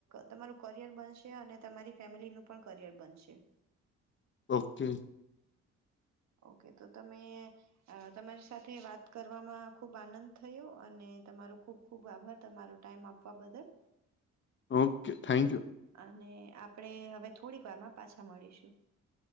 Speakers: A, on the right (about 65°); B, on the left (about 40°).
A: તમારું કરિયર બનશે અને તમારી ફેમિલીનું પણ કરિયર બનશે.
B: ઓકે
A: ઓકે તો તમે તમારી સાથે વાત કરવામાં ખુબ આનંદ થયો અને તમારો ખૂબ ખૂબ આભાર તમારો ટાઈમ આપવા બદલ.
B: ઓકે થેન્ક યુ
A: અને આપણેે હવે થોડીક વાર માં પાછા મળીશું.